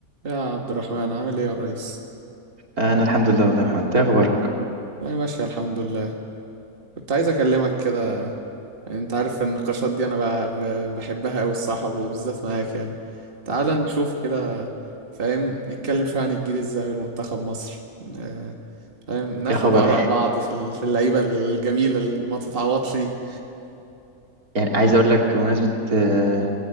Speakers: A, on the right; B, on the right.
A: يا عبد الرحمن عامل ايه يا ريس
B: انا الحمد لله والله يا محمد انت إيه اخبارك
A: والله ماشي الحمد لله كنت عايز اكلمك كده يعني انت عارف النقاشات دي انا ب- ب- بحبها قوي الصراحه وبالذات معاك يعني تعال نشوف كده فاهم نتكلم شويه عن الجيل الذهبي لمنتخب مصر آه، فاهم ناخد
B: ايه خبر
A: اراء بعض في ال- في اللعيبه الجميله اللي ما تتعوضش دي
B: يعني عايز اقول لك بمناسبه آه،